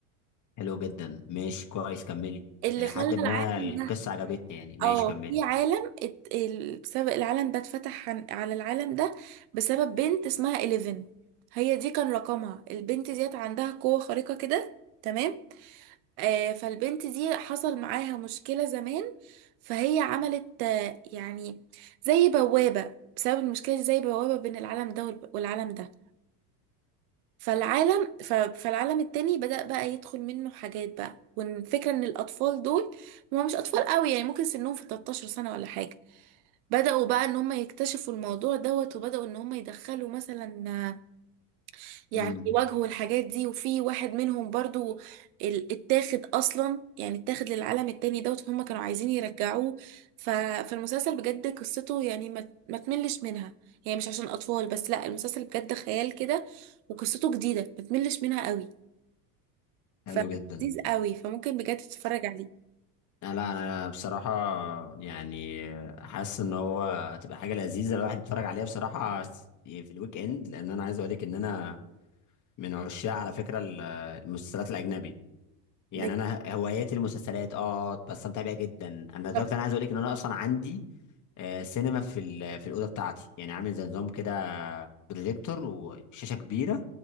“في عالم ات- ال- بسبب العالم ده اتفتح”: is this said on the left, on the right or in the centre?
Right